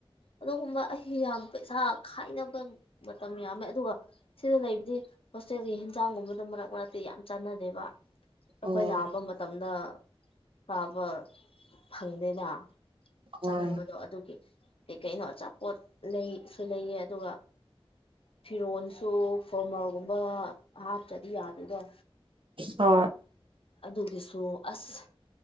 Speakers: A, on the left; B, on the right.
A: ꯑꯗꯨꯒꯨꯝꯕ ꯑꯩ ꯌꯥꯝ ꯄꯩꯁꯥ ꯈꯥꯏꯅꯕ ꯃꯇꯝ ꯌꯥꯝꯃꯦ ꯑꯗꯨꯒ ꯁꯤꯗ ꯂꯩꯕꯗꯤ ꯍꯣꯁꯇꯦꯜꯒꯤ ꯍꯦꯟꯖꯥꯡꯒꯨꯝꯕꯗꯣ ꯃꯔꯛ ꯃꯔꯛꯇꯤ ꯌꯥꯝ ꯆꯥꯟꯅꯗꯦꯕ ꯑꯩꯈꯣꯏ
B: ꯎꯝ
A: ꯂꯥꯛ
B: ꯎꯝ
A: ꯑꯗ ꯀꯥꯕ ꯐꯪꯗꯦꯅ
B: ꯎꯝ
A: ꯆꯥꯅꯤꯡꯕꯗꯣ ꯑꯗꯨꯒꯤ ꯀꯩ ꯀꯩꯅꯣ ꯑꯆꯥꯄꯣꯠ ꯂꯩꯁꯨ ꯂꯩꯌꯦ ꯑꯗꯨꯒ ꯐꯤꯔꯣꯜꯁꯨ ꯐꯣꯔꯃꯔꯒꯨꯝꯕ ꯍꯥꯞꯇ꯭ꯔꯗꯤ ꯌꯥꯗꯦꯗꯣ
B: ꯍꯣꯏ
A: ꯑꯗꯨꯒꯤꯁꯨ ꯑꯁ